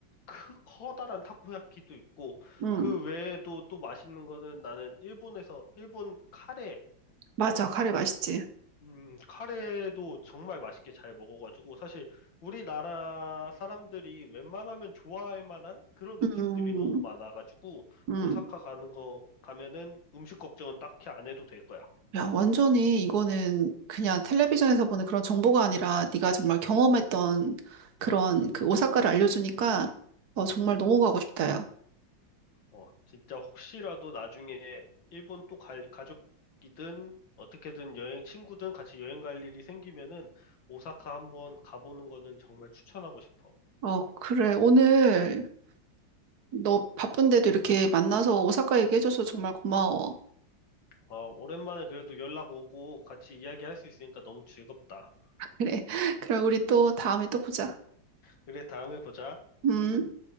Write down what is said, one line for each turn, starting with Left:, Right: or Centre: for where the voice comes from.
Left: 크, 커다란 타코야끼도 있고
Right: 음.
Left: 그 외에도 또 맛있는 거는 나는 일본에서 일본 카레
Right: 맞아. 카레 맛있지.
Left: 음 카레도 정말 맛있게 잘 먹어가지고 사실 우리나라 사람들이 웬만하면 좋아할 만한 그런
Right: 음,
Left: 음식들이 너무 많아가지고
Right: 음.
Left: 오사카 가는 거 가면은 음식 걱정은 딱히 안 해도 될 거야.
Right: 야, 완전히 이거는 그냥 텔레비전에서 보는 그런 정보가 아니라 네가 정말 경험했던 그런 그 오사카를 알려주니까 어, 정말 너무 가고 싶다, 야.
Left: 어, 진짜 혹시라도 나중에 일본 또 갈, 가족이든 어떻게든 여행 친구든 같이 여행 갈 일이 생기면은 오사카 한번 가보는 거는 정말 추천하고 싶어.
Right: 어, 그래. 오늘 너 바쁜데도 이렇게 만나서 오사카 얘기해줘서 정말 고마워.
Left: 어, 오랜만에 그래도 연락 오고 같이 이야기할 수 있으니까 너무 즐겁다.
Right: 그래. <laughs> 그럼 우리 또 다음에 또 보자.
Left: 그래, 다음에 보자.
Right: 음.